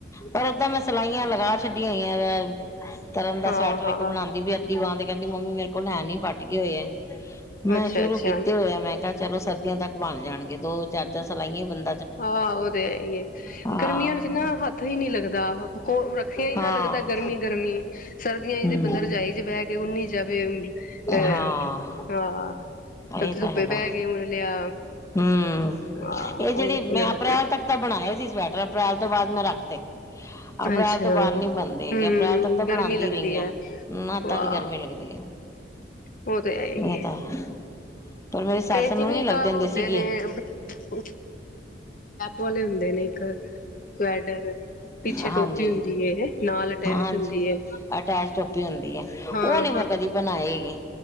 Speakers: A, on the left (about 15°); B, on the left (about 45°).
A: ਪਰ ਓਦਾਂ ਮੈਂ ਸਿਲਾਈਆਂ ਲਗਾ ਛੱਡੀਆਂ ਹੋਈਆਂ ਵ ਤਰਨ ਦਾ
B: ਹਾਂ-ਹਾਂ
A: ਸਵੈਟਰ ਇੱਕ ਬਣਾਦੀ ਪਈ ਐ। ਅੱਧੀ ਬਾਂ ਦੇ ਕਹਿੰਦੀ ਮੰਮੀ ਮੇਰੇ ਕੋਲ ਹੈ ਨੀ ਫਟ ਗਏ ਹੋਏ ਆ। ਮੈਂ
B: ਅੱਛਾ-ਅੱਛਾ
A: ਸ਼ੁਰੂ ਕੀ ਤੇ ਹੋਇਆ ਮੈਂ ਕਿਹਾ ਚਲੋ ਸਰਦੀਆਂ ਤੱਕ ਬਣ ਜਾਣਗੇ ਦੋ ਚਾਰ-ਚਾਰ ਸਲਾਈਆਂ ਬੰ
B: ਹਾਂ ਉਹ ਤੇ ਹੈ ਹੀ ਹੈ
A: ਹਾਂ
B: ਗਰਮੀਆਂ ਵਿੱਚ ਨਾ ਹੱਥ ਹੀ ਨੀ ਲੱਗਦਾ ਕੋ ਰੱਖਿਆ ਹੀ ਨਾ
A: ਹਾਂ
B: ਲੱਗਦਾ ਗਰਮੀ-ਗਰਮੀ ਸਰਦੀਆਂ ਚ
A: ਹਮ
B: ਤੇ ਬੰਦਾ ਰਜਾਈ ਚ ਬਹਿ ਕੇ ਓਨੀ ਜਾਵੇ ਅਹ
A: ਹਾਂ
B: ਹਾਂ
A: ਇਹ
B: ਧੁੱਪੇ
A: ਤਾਂ ਹੈਗਾ
B: ਬਹਿ ਕੇ ਉਣ ਲਿਆ
A: ਹਮ
B: ਹਾਂ
A: ਇਹ
B: ਉਹ
A: ਜਿਹੜੀ
B: ਤੇ ਨਾ
A: ਅਪ੍ਰੈਲ ਤੱਕ ਤਾਂ ਬਣਾਇਆ ਸੀ ਸਵੈਟਰ ਅਪ੍ਰੈਲ ਤੋਂ ਬਾਅਦ ਮੈਂ ਰੱਖ ਤੇ। ਅਪ੍ਰੈਲ
B: ਅੱਛਾ
A: ਤੋਂ ਬਾਦ ਨੀ ਬਣਦੇ ਹੈਗੇ
B: ਹੂੰ
A: ਅਪ੍ਰੈਲ ਤੱਕ ਤਾਂ ਬਣਾਦੀ
B: ਗਰਮੀ ਲੱਗਦੀ
A: ਰਹੀ
B: ਹੈ
A: ਹੱਤਾਂ
B: ਵਾਹ
A: ਦੀ ਗਰਮੀ ਲੱਗਦੀ ਏ
B: ਉਹ ਤੇ ਹੈ ਹੀ
A: ਇਹ ਤਾਂ ਹੈ। ਪਰ ਮੇਰੀ ਸੱਸ
B: ਤੇ
A: ਨੂੰ
B: ਜਿਵੇ
A: ਨੀ ਲੱਗਦੇ
B: ਹੁੰਦੇ
A: ਸੀਗੇ
B: ਨੇ <inaudible> ਵਾਲੇ ਹੁੰਦੇ ਨੇ ਇੱਕ ਸਵੈਟਰ ਪਿੱਛੇ
A: ਹਾਂਜੀ
B: ਟੋਪੀ ਹੁੰਦੀ ਹੈ ਨਾਲ ਅਟੈਚ
A: ਹਾਂਜੀ
B: ਹੁੰਦੀ ਹੈ
A: ਅਟੈਚ ਟੋਪੀ ਹੁੰਦੀ ਹੈ ਉਹ
B: ਹਾਂ-ਹਾਂ
A: ਨੀ ਮੈਂ ਕਦੀ ਬਣਾਏ ਹੈਗੇ